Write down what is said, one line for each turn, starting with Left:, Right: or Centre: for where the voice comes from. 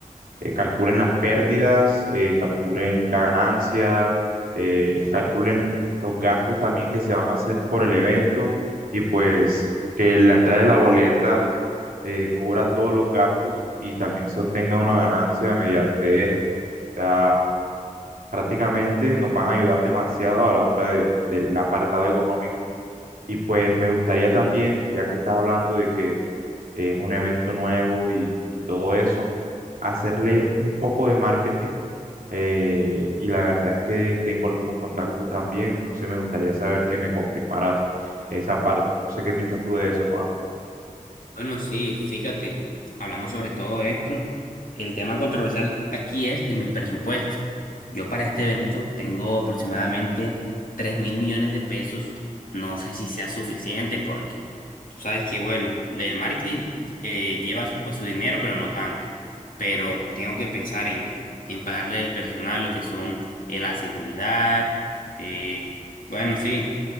Right: eh, calculen las pérdidas, eh, calculen la ganancia, eh, calculen los gastos también que se van a hacer por el evento y pues que la entrada de la boleta eh, cubra todos los gastos y también se obtenga una ganancia mediante esto. O sea, prácticamente nos van a ayudar demasiado a la hora de- del apartado económico. Y pues me gustaría también, ya que estás hablando de que es un evento nuevo y, y todo eso, hacerle un poco de marketing eh, y la verdad es que tengo algunos contactos también, entonces me gustaría saber que me confirmaras esa parte. No sé qué piensas tú de eso, hermano.
Left: Bueno, sí, fíjate, hablando sobre todo esto, el tema controversial aquí es en mi presupuesto. Yo para este evento tengo aproximadamente tres mil millones de pesos. No sé si sea suficiente porque tú sabes que, bueno, el marketing eh, lleva su, pues, su dinero, pero no tanto. Pero tengo que pensar en, en pagarle el personal, lo que son eh, la seguridad. eh, bueno, sí,